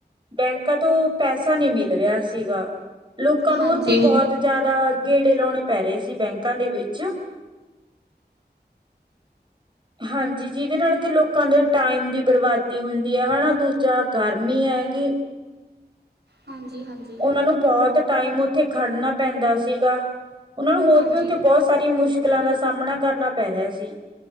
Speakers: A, on the right; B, on the right.
A: ਬੈਂਕਾਂ ਤੋਂ ਪੈਸਾ ਨਹੀ ਮਿਲ ਰਿਹਾ ਸੀਗਾ ਲੋਕਾਂ ਨੂੰ
B: ਹਾਂਜੀ,
A: ਉੱਥੇ
B: ਹਾਂਜੀ-ਹਾਂਜੀ,
A: ਬਹੁਤ ਜ਼ਿਆਦਾ ਦਾ ਗੇੜੇ ਲਾਉਣੇ ਪੈ ਰਹੇ ਸੀ ਬੈਂਕਾਂ ਦੇ ਵਿਚ <unintelligible> ਹਾਂਜੀ ਜਿਦੇ ਨਾਲ ਕਿ ਲੋਕਾਂ ਦੇ ਟਾਈਮ ਦੀ ਬਰਬਾਦੀ ਹੁੰਦੀ ਹੈ ਦੂਜਾ ਗਰਮੀ ਹੈਂਗੀ
B: ਹਾਂਜੀ,
A: ਉਹਨਾਂ ਨੂੰ ਬਹੁਤ ਟਾਈਮ ਉੱਥੇ ਖੜਨਾ ਪੈਂਦਾ ਸੀਗਾ ਉਹਨਾਂ ਨੂੰ ਹੋਰ
B: ਹਾਂਜੀ-ਹਾਂਜੀ,
A: ਵੀ ਉੱਥੇ ਬਹੁਤ ਸਾਰੀਆਂ ਮੁਸ਼ਕਿਲਾਂ ਦਾ ਸਾਹਮਣਾ ਕਰਨਾ ਪੈ ਰਿਹਾ ਸੀ